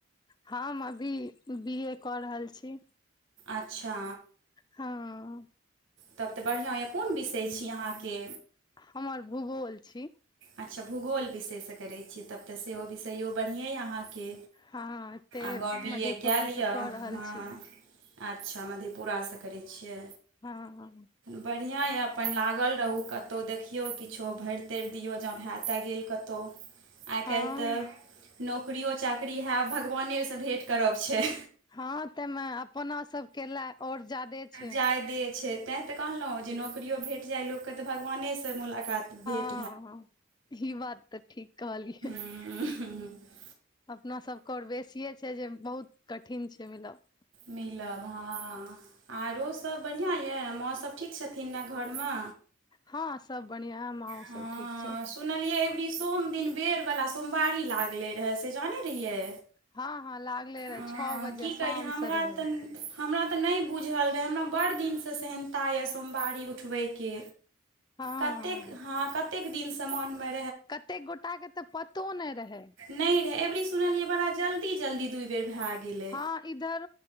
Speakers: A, on the left (about 20°); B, on the right (about 70°).
A: हम अभी बी ए कऽ रहल छी।
B: अच्छा
A: हँ।
B: तब तऽ बढ़िआँ यऽ कोन विषय छी अहाँके?
A: हमर भूगोल छी।
B: अच्छा भूगोल विषयसँ करैत छियै तब तऽ सेहो विषयो बढ़िएँ यए अहाँके।
A: हँ एते
B: आगाँ बी
A: मधेपुरा
B: ए कए लिअ
A: से कऽ रहल
B: हँ।
A: छी
B: अच्छा मधेपुरासँ करै छियै।
A: हँ हँ।
B: बढ़िया या अपन लागल रहु कतहु देखियौ किछो भरि तेरि दियौ जँ भए तए गेल कतहु आइ
A: हँ
B: काल्हि तऽ नौकरियो चाकरी हैब भगवानेसँ भेँट करब छै।
A: हँ तइ मे अपना सबके लए आओर जादे छै।
B: जायदे छै तैं तऽ कहलहुँ जे नौकियो भेट जाय लोकके तऽ भगवानेस मुलाकात भेल
A: हँ हँ ई बात तऽ ठीक कहलियै।
B: ह
A: अपनासब के और बेसिये छै जे बहुत कठिन छै मिलब।
B: मिलब हँ। आरोसभ बढ़िआँ या माँसभ ठीक छथिन ने घरमे।
A: हँ सब बढ़िया माँओ
B: हँ
A: सब ठीक छै।
B: सुनलियै अबरी सोम दिन बेर बला सोमवारी लागलै रहै से जानै रहियै?
A: हँ हँ लागले रहा
B: अँ,
A: छओ बजे
B: की
A: शाम
B: कही हमरा
A: से रहे।
B: तऽ हमरा तऽ नहि बुझल रहै हमरा बड़ दिन स सेहनता यऽ सोमवारी उठबै के।
A: हँ
B: कतेक हँ कतेक दिन स मोन मे
A: कतेक गोटा के तऽ पतो नहि रहै।
B: न रहे अबरी सुनलिये बड़ा जल्दी जल्दी दूइ बेर भए गेले।
A: हँ इधर